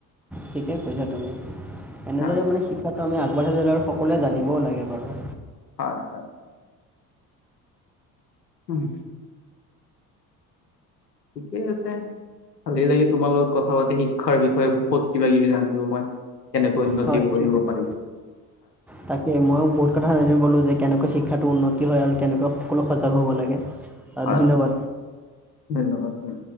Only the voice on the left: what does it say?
হয়
হয়, হয়। উম। ঠিকেই আছে। ভালেই লাগি তোমাৰ লগত কথা পাতি শিক্ষাৰ বিষয়ে, বহুত কিবা-কিবি জানিলো মই। কেনেকৈ উন্নতি
কৰিব
পাৰি।
হয়,
ধনবাদ থাকিল।